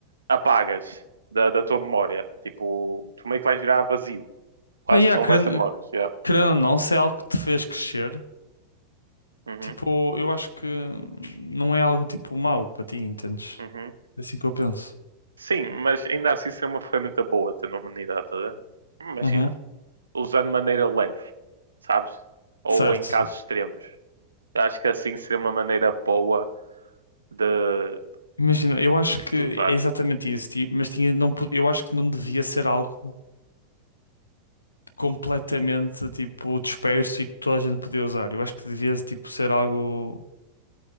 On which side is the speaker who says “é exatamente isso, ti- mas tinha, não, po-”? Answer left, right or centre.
Left